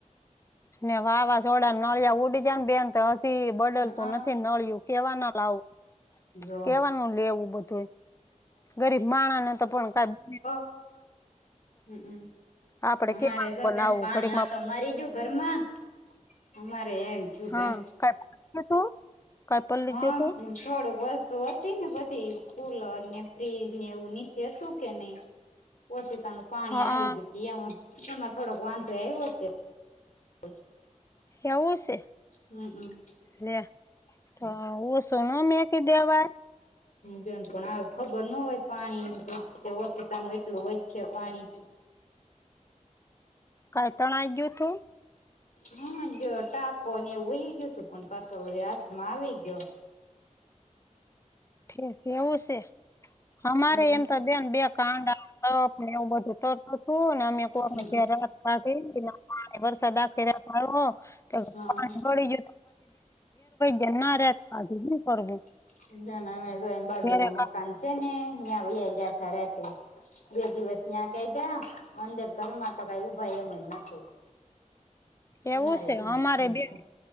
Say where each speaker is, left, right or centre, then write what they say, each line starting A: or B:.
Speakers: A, on the left; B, on the left.
A: ને વાવાઝોડા નળિયા ઉડી ગયા ને બેન તે હજી બદલતું
B: હઅ
A: નથી નળિયું કેવા ના લાવું
B: જો
A: કેવાનું લેવું બધું ગરીબ માણા ને તો પણ કાઇ <inaudible>
B: હમ્મ હમ્મ
A: આપડે
B: અમારે
A: કેવાનું
B: જો
A: બનાવું
B: બેન પાણી
A: ઘડીકમાં
B: આટો મારી ગયુ ઘરમાં અમારે એમ થયું
A: હા
B: બેન
A: કઈ તું કઈ પલ્લી
B: હા
A: ગયું તું
B: થોડુંક વસ્તુ હતી ને બધી કુલર ને ફ્રીજ ને એવું <unintelligible> હતું કે નહી ઓછીતાનું પાણી
A: હા
B: આવી ગયું એમ એમાં થોડોક વાંધો આવ્યો છે <inaudible>
A: એવું છે
B: હમમ
A: લે <unintelligible>
B: બેન પણ આ ખબર ના હોય પાણી <unintelligible> ઓચતીતાનું એટલું વધશે પાણી
A: કાઈ તણાઈ ગયું તું
B: હ જો ટાકો ને એવું વહી ગયું હતું પણ પાછો વડે હાથમાં આવી ગયો.
A: ઠીક એવું છે અમારે
B: હમ
A: <unintelligible>
B: હમમ
A: <unintelligible> <inaudible> વરસાદ આખી રાત આવ્યો તો
B: હા
A: પાણી પળી ગયું <unintelligible>
B: <unintelligible> બાજુમાં
A: ઘેરે
B: મકાન છે છે ને ત્યાં વયા ગયા તા રાતે બે દિવસ ત્યાં કાઢયા અંદર તો ઘરમાં <unintelligible> અમારે
A: એવું છે
B: એમ
A: અમારે
B: જ હતું
A: બે